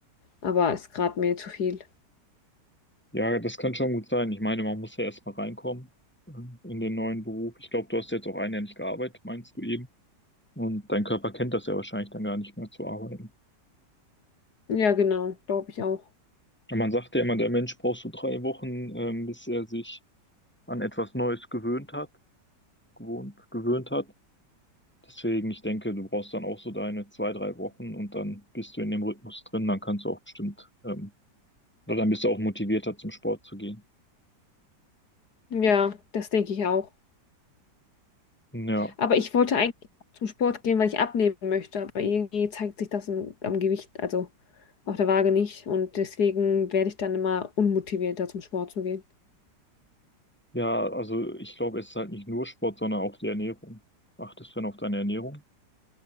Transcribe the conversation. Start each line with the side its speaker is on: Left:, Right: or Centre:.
Left: Aber ist gerade mir zu viel.
Centre: Ja, das kann schon gut sein. Ich meine, man muss ja erstmal reinkommen ähm, in den neuen Beruf. Ich glaube, du hast jetzt auch ein Jahr nicht gearbeitet, meinst du eben? Und dein Körper kennt das ja wahrscheinlich dann gar nicht mehr zu arbeiten.
Left: Ja, genau, glaube ich auch.
Centre: Ja, Man sagt ja immer, der Mensch braucht so drei Wochen, ähm, bis er sich an etwas Neues gewöhnt hat, gewohnt, gewöhnt hat. Deswegen, ich denke, du brauchst dann auch so deine zwei, drei Wochen und dann bist du in dem Rhythmus drin, dann kannst du auch bestimmt, ähm, oder dann bist du auch motivierter zum Sport zu gehen.
Left: Ja, das denke ich auch.
Centre: Ja,
Left: Aber ich wollte eigentlich zum Sport gehen, weil ich abnehmen möchte, aber irgendwie zeigt sich das im, am Gewicht, also auf der Waage nicht. Und deswegen werde ich dann immer unmotivierter, zum Sport zu gehen.
Centre: ja, also ich glaube, es ist halt nicht nur Sport, sondern auch die Ernährung. Achtest du dann auf deine Ernährung?